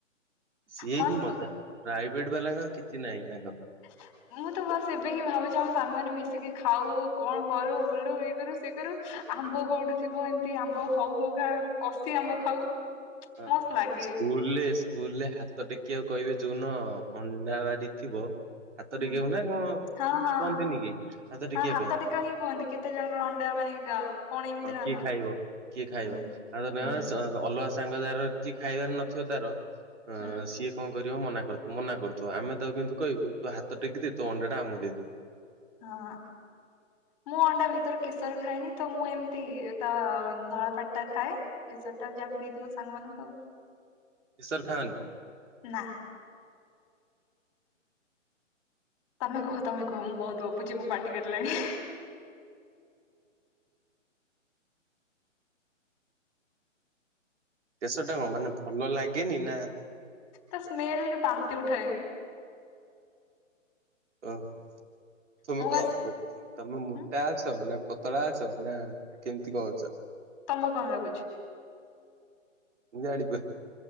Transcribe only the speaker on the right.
ସିଏ
ହିଁ ମଜା ପ୍ରାଇଭେଟ ବାଲାଙ୍କର କିଛି ନାହିଁ ତାଙ୍କର।
ହଁ
ସ୍କୁଲ ମୁଁ କହିଲି ସ୍କୁଲରେ ସ୍କୁଲ ରେ ହାତ ଟେକିବାକୁ କହିବେ ଯୋଉଦିନ ଅଣ୍ଡା ବାରି ଥିବ। ହାତ
ଟିକିବାକୁ ନା କଣ
କୁହନ୍ତିନି କି ହାତ ଟିକିବା
ପାଇଁ।
ହଁ
କିଏ ଖାଇବ କିଏ ଖାଇବ
ତାଙ୍କ ନା
ଅଛି। ଅଲଗା ସାଙ୍ଗ ଯାର ଖାଇବାର ନଥିବ ତାର ଅ
ସିଏ କଣ କରିବ ମନା ମନା କରୁଥିବ ଆମେ ତାକୁ କିନ୍ତୁ କହିବୁ ତୁ ହାତ ଟେକି ଦେ ତୋ ଅଣ୍ଡାଟା ଆମକୁ ଦେଇବୁ।
କିଈଶର ଖାନି?
କେଷରଟା କଣ ମାନେ ଭଲ ଲାଗେନି ନା
ଓହୋ ତୁମେ
କ ତମେ ମୋଟା
ଅଛ ନା ପତଳା ଅଛ ନା କେମିତି କଣ ଅଛ?
ମୁଁ ଜାଣିପାରୁ